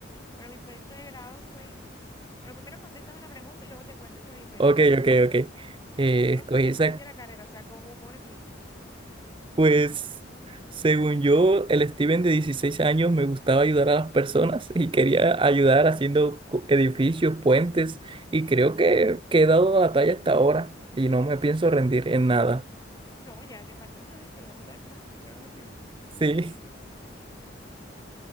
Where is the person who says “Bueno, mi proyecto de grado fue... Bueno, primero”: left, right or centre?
Left